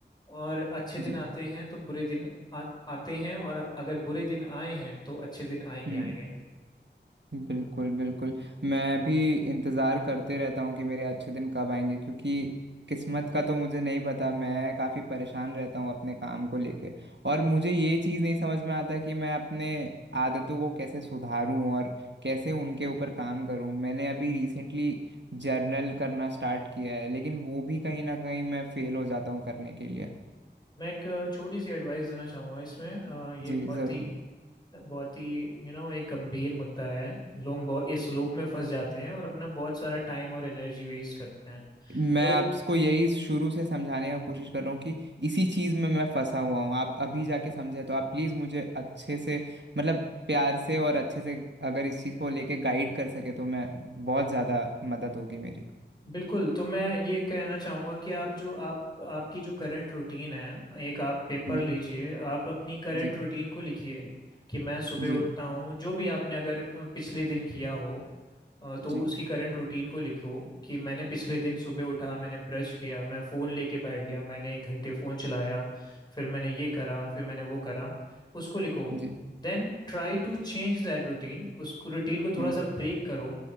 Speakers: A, on the left; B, on the right.
A: और अच्छे दिन
B: जी
A: आते हैं तो बुरे दिन आ, आते हैं और अगर बुरे दिन आए हैं तो अच्छे दिन आएंगे
B: हम्म
A: आएंगे
B: बिल्कुल बिल्कुल मैं भी इंतज़ार करते रहता हूँ कि मेरे अच्छे दिन कब आएंगे क्योंकि किस्मत का तो मुझे नहीं पता मैं काफ़ी परेशान रहता हूँ अपने काम को लेके और मुझे ये चीज़ नहीं समझ में आता कि मैं अपने आदतों को कैसे सुधारूँ और कैसे उनके ऊपर काम करूँ मैंने अभी रिसेंटली जर्नल करना स्टार्ट किया है लेकिन वो भी कहीं ना कहीं मैं फ़ेल हो जाता हूँ करने के लिए
A: मैं एक अ, छोटी सी एडवाइस देना चाहूँगा इसमें अ, ये
B: जी
A: बहुत
B: ज़रूर
A: ही बहुत ही यू नो एक गंभीर मुद्दा है लोग बहुत इस लूप में फंस जाते हैं और अपना बहुत सारा टाइम और एनर्जी वेस्ट करते हैं
B: मैं
A: तो
B: आपको यही शुरू से समझाने का कोशिश कर रहा हूँ कि इसी चीज़ में मैं फंसा हुआ हूँ आप अभी जाके समझे तो आप प्लीज़ मुझे अच्छे से मतलब प्यार से और अच्छे से अगर इस चीज़ को लेके गाइड कर सके तो मैं बहुत ज़्यादा मदद होगी मेरी
A: बिल्कुल तो मैं ये कहना चाहूँगा कि आप जो आप आपकी जो करंट रूटीन है एक आप पेपर
B: हम्म
A: लीजिए आप अपनी करंट
B: जी
A: रूटीन को लिखिए कि मैं सुबह
B: जी
A: उठता हूँ जो भी आपने अगर अ, पिछले दिन किया हो अ, तो
B: जी
A: उसकी करंट रूटीन को लिखो कि मैंने पिछले दिन सुबह उठा मैंने ब्रश किया मैं फ़ोन लेके बैठ गया मैंने एक घंटे फ़ोन चलाया फिर मैंने ये करा फिर मैंने वो करा उसको लिखो
B: जी
A: Then try to change that routine उस रूटीन को थोड़ा
B: हम्म
A: सा ब्रेक करो